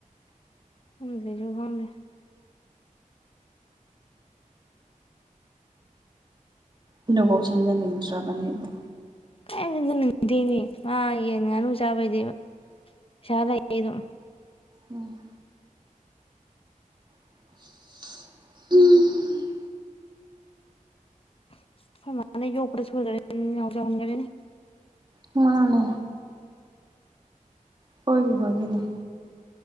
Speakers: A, on the left; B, on the right.
A: <unintelligible>
B: ꯑꯗꯨꯕꯨꯛ ꯁꯦꯝꯖꯟ ꯅꯤꯡꯗ꯭ꯔꯕꯅꯦꯕ
A: ꯀꯥꯏꯗꯩꯅꫭꯃꯤ <unintelligible> ꯃꯥ ꯌꯦꯟ ꯉꯥꯅꯨ ꯆꯥꯕꯩꯗꯤ ꯄꯩꯁꯥ ꯂꯩ ꯑꯗꯨꯝ
B: ꯎꯝ <unintelligible> ꯍꯨꯝ
A: ꯑꯈꫭꯏ ꯃꯥꯅ ꯌꫭꯛꯄꯗ ꯁꫭꯏꯒ꯭ꯔꯦꯅꯦ ꯅꯥꯎ ꯆꯥꯎꯍꯟ ꯒ꯭ꯔꯦꯅꯦ
B: ꯃꯥꯅꯦ ꯁꫭꯏꯒꯤꯕꯒꯤꯅꯦ